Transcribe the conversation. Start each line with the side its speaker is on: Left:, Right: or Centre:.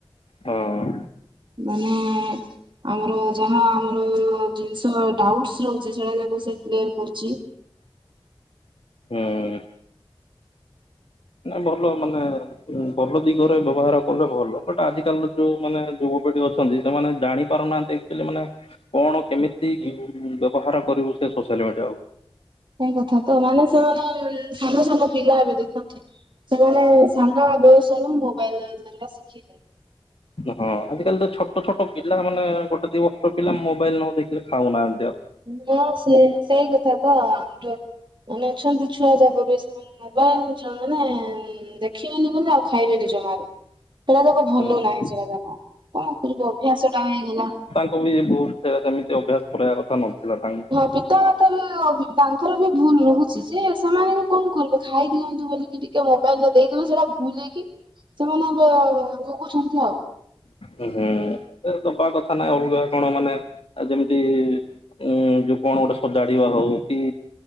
Left: ହଁ
Right: ମାନେ ଆମର ଯାହା ଆମର ଜିନିଷ ଡାଉଟସ ରହୁଛି ସେଟା ଯେହେତୁ ସେ କ୍ଲିୟର୍ କରୁଛି।
Left: ହୁଁ ନା ଭଲ ମାନେ ଭଲ ଦିଗରେ ବ୍ୟବହାର କଲେ ଭଲ ବଟ ଆଜିକାଲିର ଯୋଉ ମାନେ ଯୁବପିଢ଼ି ଅଛନ୍ତି ସେମାନେ ଜାଣିପାରୁନାହାନ୍ତି। କିଲ ମାନେ କଣ କେମିତି ବ୍ୟବହାର କରିବୁ ସେ ସୋସିଆଲ ମିଡ଼ିଆ କୁ
Right: ସେଇ କଥା ତ ମାନେ ସେମାନେ ସାଙ୍ଗ ସାଙ୍ଗ ପିଲା ଏବେ ଦେଖନ୍ତି। ସେମାନେ ସାନ ବୟସରୁ ମୋବାଇଲ ଧରିବା ଶିଖିଯାଇ।
Left: ହଁ ଆଜିକାଲି ତ ଛୋଟ ଛୋଟ ପିଲା ମାନେ ଗୋଟେ ଦି ବର୍ଷ ପିଲା ମୋବାଇଲ ନ ଦେଖିଲେ ଖାଉନାହାନ୍ତି ଆଉ।
Right: ହଁ ସେ ସେଇ କଥା ତ ଆମଠ ମାନେ ଅଛନ୍ତି ଛୁଆ ଯାକ ବି ସେ ମୋବାଇଲ ମାନେ ଦେଖିବେନି ବଲ ଆଉ ଖାଇବେନି ଜମାରୁ ସେଟା ଯାକ ଭଲ
Left: ହୁଁ
Right: ନାହିଁ ସେଟା ଯାକ କଣ କରିବ ଅଭ୍ୟାସ ଟା ହେଇଗଲା।
Left: ବହୁତ ସେ ସେମିତି ଅଭ୍ୟାସ କରିବା କଥା ନଥିଲା ତାଙ୍କ।
Right: ପିତାମାତା ବି ତାଙ୍କର ବି ଭୁଲ ରହୁଛି ଯେ ସେମାନେ ବି କଣ କରିବେ ଖାଇ ଦିଅନ୍ତୁ ବିକି ଟ ଟିକେ ମୋବାଇଲ ଦେଇଦିବ ସେଇଟା ଭୁଲେଇକି ସେମାନେ ଭୋଗୁଛନ୍ତି ଆଉ।
Left: ହ ହୁଁ ଏ ବା କଥା ନହିଁ ଅଲଗା କଣ ମାନେ ଯେମିତି ଉଁ ଯୋଉ କଣ ଗୋଟେ ସଜାଡିବା ହଉ କି